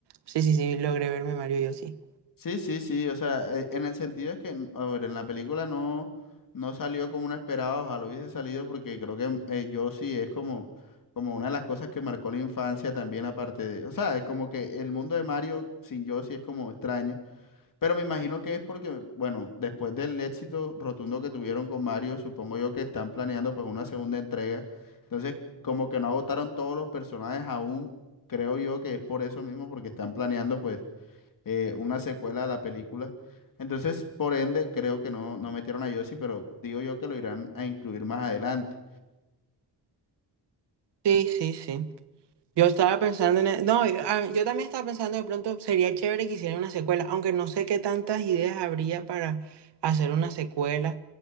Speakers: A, on the right; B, on the left.
A: Sí, sí, sí, logré verme Mario yo sí.
B: Sí, sí, sí, o sea, eh, en el sentido es que, n- a ver, en la película no, no salió como uno esperaba, ojalá hubiese salido porque creo que mm, eh, yo sí es como, como una de las cosas que marcó la infancia también aparte de, o sea, es como que el mundo de Mario sin Yoshi es como extraño, pero me imagino que es porque, bueno, después del éxito rotundo que tuvieron con Mario, supongo yo que están planeando pues una segunda entrega, entonces como que no agotaron todos los personajes aún, creo yo que es por eso mismo, porque están planeando pues eh, una secuela a la película. Entonces, por ende, creo que no, no metieron a Yossi, pero digo yo que lo irán a incluir más adelante.
A: Sí, sí, sí. Yo estaba pensando en... e- No, yo ah, yo también estaba pensando de pronto sería chévere que hicieran una secuela, aunque no sé qué tantas ideas habría para hacer una secuela.